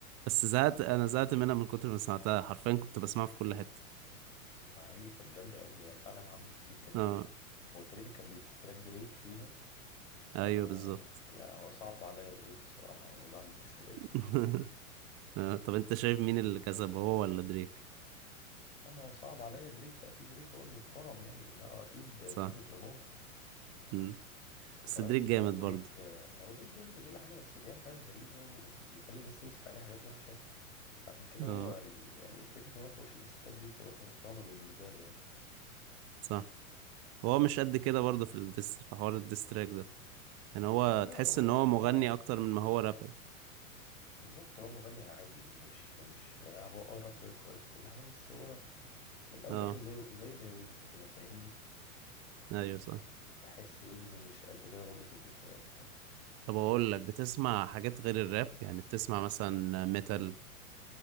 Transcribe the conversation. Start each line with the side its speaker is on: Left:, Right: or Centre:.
Right: بس زهقت أنا زهقت منها من كتر ما سمعتها حرفيا كنت بسمعها في كل حتة
Left: ما هي كانت جامدة قوي هي فعلا عملت صيت رهيب
Right: اه
Left: هو تقريبا كان بيديستراك دريك فيها ف
Right: أيوه بالظبط
Left: يعني هو صعب عليا دريك الصراحة يعني بعد الديستراكس
Right: <laughs>
Left: دي
Right: آه، طب أنت شايف مين اللي كسب هو ولا دريك؟
Left: لا ما هو صعب عليا دريك فأكيد دريك هو اللي اتفرم يعني لا أكيد
Right: صح
Left: كندريك لامار
Right: مم. بس
Left: وكمان
Right: دريك جامد
Left: دريك
Right: برضه
Left: هو دريك جامد وكل حاجة بس بيعمل حاجات غريبة وبيخلي الناس تمسك عليه حاجات وحشة عشان كده
Right: اه
Left: هو ال- يعني فكرة إن هو يخش ديستراك دي بتبقى خسرانة بالنسبة له يعني
Right: صح هو مش قد كده برضه في الديست في حوار الديستراك ده يعني هو
Left: اه لا
Right: تحس
Left: هو
Right: إن هو مغني
Left: اه
Right: أكتر من ما هو رابر
Left: بالظبط هو مغني عادي مش مش هو اه رابر كويس وكل حاجة بس هو من الأول
Right: اه
Left: لآخر زيه زيه زي ويجز كده فاهمني
Right: أيوه صح
Left: بحس ويجز مش قد كده برضو في الديستراكس يعني
Right: طب أقول لك بتسمع حاجات غير الراب يعني بتسمع مثلا ميتال